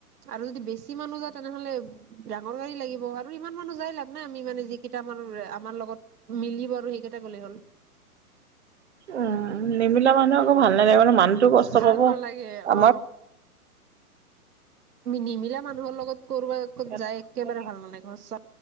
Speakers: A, on the right; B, on the right.
A: আৰু যদি বেছি মানুহ যায় তেনেহ'লে ডাঙৰ গাড়ী লাগিব আৰু ইমান মানুহ যায় লাভ নাই আমি মানে যিকেইটা মানুহ আমাৰ লগত মিলিব আৰু সেইকেইটা গ'লে হ'ল।
B: উম। নিমিলা মানুহ আকৌ ভাল নালাগিব মানে মানুহটো কষ্ট
A: ভাল
B: পাব,
A: নালাগে
B: আমাৰ
A: অ নিমিলা মানুহৰ লগত কৰবা-ক'ত
B: আমাৰ
A: যায় একেবাৰে ভাল নালাগে সঁচা